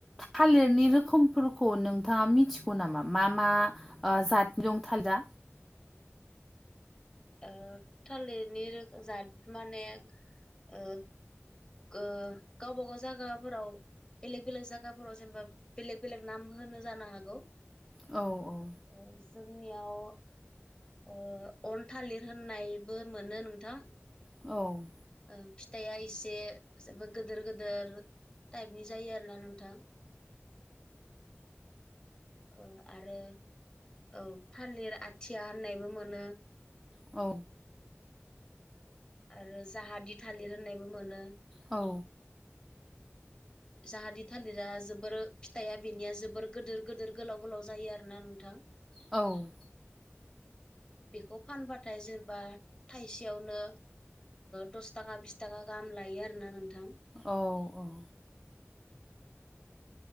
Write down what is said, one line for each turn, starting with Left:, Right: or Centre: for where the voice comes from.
Centre: थालिरनि रोखोमफोरखौ नोंथाङा मिथिगौ नामा मा मा जाद दं थालिरा?
Left: ओ थालिरनि रोखोम जाद माने ओ गावबा गाव जायगाफोराव बेलेग बेलेग जायगाफोराव जेनेबा बेलेग बेलेग नाम होनो जानो हागौ।
Centre: औ औ
Left: अ जोंनियाव ओ अन थालिर होननायबो मोनो नोंथां
Centre: औ
Left: ओं फिथाइया एसे जेबो गिदिर गिदिर टाइपनि जायो आरोना नोंथां। औ आरो औ थालिर आथिया होननायबो मोनो
Centre: औ
Left: आरो जाहादि थालिर होननायबो मोनो
Centre: औ
Left: जाहादि थालिरा जोबोर फिथाइा बेनिया जोबोर गोदोर गोदोर गोलाव गोलाव जायो आरो ना नों थां
Centre: औ
Left: बेखौ फानबाथाय जेनेबा थाइसेयावनो दस थाखा बिस थाखा गाहाम लायो आरोना नोंथां
Centre: औ औ